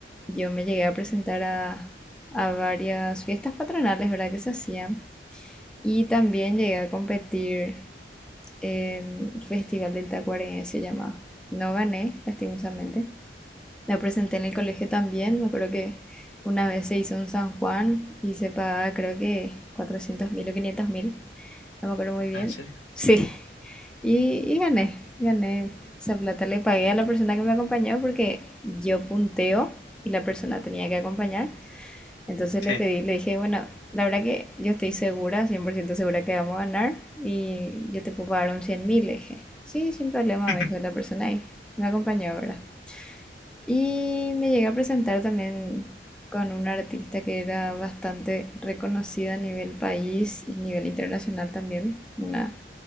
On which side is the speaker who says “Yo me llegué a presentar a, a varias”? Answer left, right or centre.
Centre